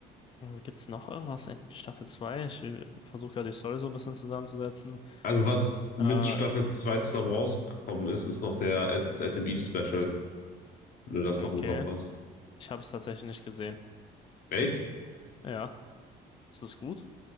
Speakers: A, on the left; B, on the left.
A: gibt es noch irgendwas in Staffel 2? Ich versuche gerade die Story so ein bisschen zusammenzusetzen.
B: Also was mit
A: Äh,
B: Staffel 2 zusammen
A: ist,
B: rausgekommen ist, ist noch der, das Adam Eve Special, wenn du das
A: okay,
B: noch im Kopf hast.
A: ich habe es tatsächlich nicht gesehen.
B: Echt?
A: Ja, ist es gut?